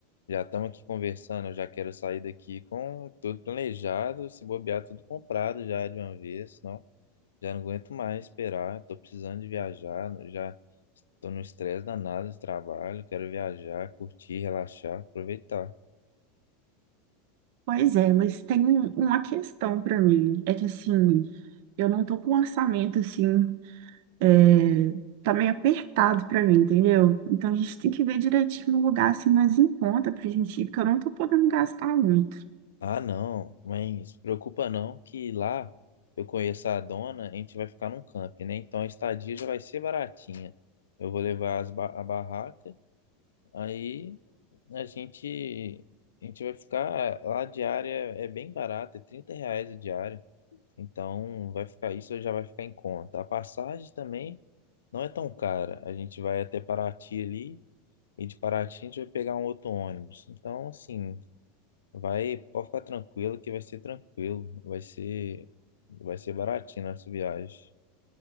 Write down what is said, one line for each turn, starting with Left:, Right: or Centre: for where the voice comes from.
Left: Já estamos aqui conversando, eu já quero sair daqui com tudo planejado, se bobear tudo comprado já de uma vez, não? Já não aguento mais esperar, estou precisando de viajar, já estou no estresse danado de trabalho, quero viajar, curtir, relaxar, aproveitar.
Right: Pois é, mas tem um- uma questão para mim. É que assim, eu não tô com um orçamento assim. é, tá meio apertado pra mim, entendeu? Então a gente tem que ver direitinho um lugar assim mais em conta pra gente ir, porque eu não tô podendo gastar muito.
Left: Ah, não, mas se preocupa não, que lá eu conheço a dona, a gente vai ficar num camping, né? Então a estadia já vai ser baratinha. Eu vou levar as ba- a barraca Aí a gente, a gente vai ficar. Lá a diária é bem barata, é 30 reais a diária. Então vai ficar isso, já vai ficar em conta. A passagem também não é tão cara. A gente vai até Paraty ali, e de Paraty a gente vai pegar um outro ônibus. Então, assim, vai, pode ficar tranquilo que vai ser tranquilo. Vai ser, vai ser baratinho nossa viagem.